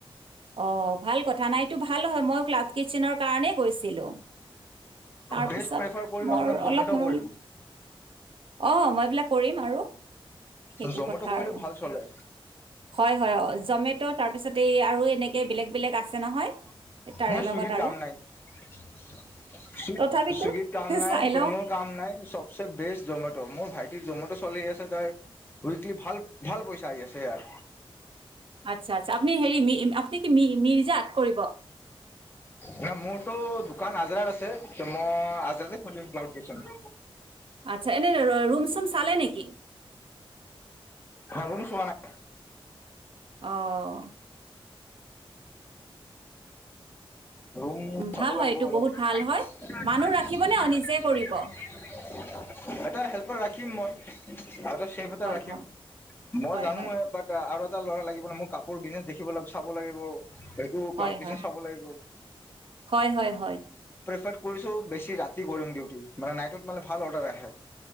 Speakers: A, on the right; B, on the left.
A: অ', ভাল কথা নাই এটো ভাল হয়, মই ক্লাউড কিটচেনৰ কাৰণেই গৈছিলো। তাৰপিছত
B: বেষ্ট প্ৰেফাৰ কৰিম
A: মোৰ
B: আপোনাক জমেট'
A: অলপ <unintelligible>
B: কৰিম
A: অ', মই বিলাক কৰিম আৰু। সেইটো
B: জমেট'
A: কথা
B: কৰিলে
A: আৰু
B: ভাল চলে
A: হয়-হয় অ', জমেট' তাৰ পিছতে এই আৰু এ তেনেকে বেলেগ বেলেগ আছে নহয়।
B: অ',
A: তাৰে লগত
B: চুইগীৰ কাম
A: আৰু
B: নাই, চুইগীৰ
A: তথাপিতো
B: কাম নাই,
A: চাই লওঁ।
B: <unintelligible> কাম নাই চবচে বেষ্ট জমেট' ত' মোৰ ভাইটিৰ জমট' চলি আছে তাৰ, উইকলি ভাল-ভাল পইচা আহি আছে ইয়াৰ।
A: আটচ্ছা, আটচ্ছা আপুনি হেৰি মি আপুনি কি মি-মিৰ্জাত কৰি <unintelligible>
B: নাই, মোৰটো দোকান আজাৰাত আছে মই আজাৰাতে খুলিম ভাবিছোঁ। <inaudible>
A: আটচ্ছা, এনে ৰু-ৰুম চুম চালে নেকি?
B: ৰুম চোৱা নাই।
A: অ'।
B: ৰুম
A: উম,
B: চাব
A: ভাল
B: লাগিব
A: হয় এইটো
B: অলপ,
A: বহুত ভাল হয়
B: এটা
A: মানুহ ৰাখিবনে অ নিজে কৰিব
B: হেল্পাৰ ৰাখিম মই। <inaudible> আৰু এটা সেফ এটা
A: হয়
B: ৰাখিম,
A: হয়
B: মই
A: হয়
B: জানোৱে
A: হয়
B: বাট আৰু এটা ল'ৰা লাগিব ন মোক। কাপোৰ কিনে। দেখিব লাগ চাব লাগিব, সেইটো ক্লাউড
A: হয়
B: কিটচেন
A: হয়
B: চাব লাগিব।
A: হয়', - হয়', - হয়',
B: ৰ কৰিছোঁ, বেছি ৰাতি কৰিম উিউতি মানে নাইটত মানে ভাল অৰ্ডাৰ আহে।